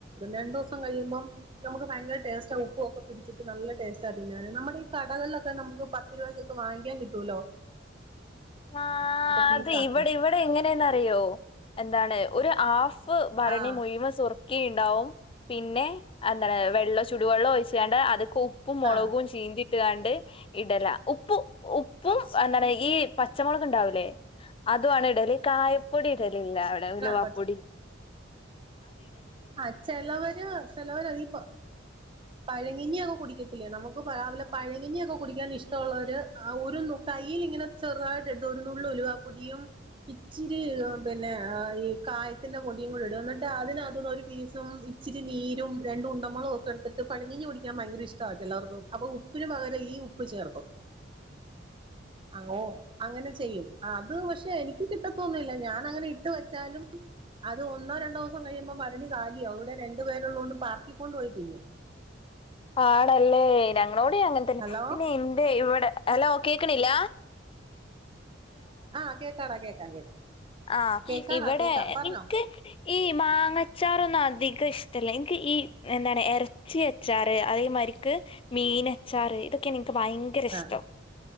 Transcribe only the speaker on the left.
ആ
അതെയ് ഇവിടെ ഇവിടെ എങ്ങനെയന്ന് അറിയോ എന്താണ്. ഒരു ഹാഫ് ഭരണി
മുഴുവൻ സുറുക്കിണ്ടാവും. പിന്നെ എന്താണ് വെള്ള ചുടുവെള്ളം ഒഴിച്ഛ് ങ്ങാണ്ട് അതൊക്കെ ഉപ്പും മുളകും
ചീന്തി ട്ടുകണ്ട് ഇടല ഉപ്പ് ഉ <unintelligible> ഇപ്പം എന്താണ് ഈ പച്ചമുളക് ഉണ്ടാവൂലേ അതുണ് ഇടല് കായപ്പൊടി ഇടൽ ഇല്ല ഇവടെ ഉലുവപ്പൊടി
അ
പാടല്ലേ ഞങ്ങളോടെ അങ്ങനെ തന്നെ
പിന്നെ എന്റെ ഇവിടെ ഹലോ കേക്കണില്ല
ആഹ
ഇവിടെ എനിക്ക്
ഈ മാങ്ങച്ചാറൊന്നും അധികം ഇഷ്ടല്ല ഈ എന്താണ് ഇറച്ചി അച്ചാറ് അതേമാതിരിക്ക് മീൻ അച്ചാറ് ഇതൊക്കെ- എക്ക് ഭയങ്കര ഇഷ്ടം